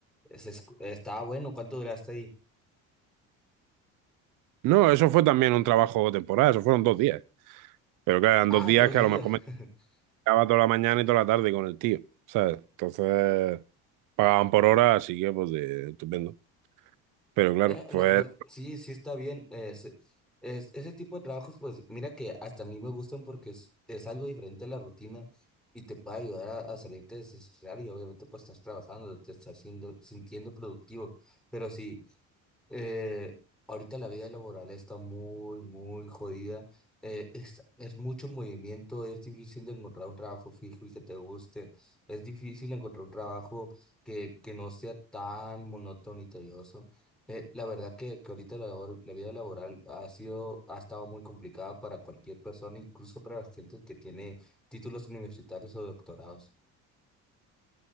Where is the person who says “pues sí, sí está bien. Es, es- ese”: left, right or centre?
Centre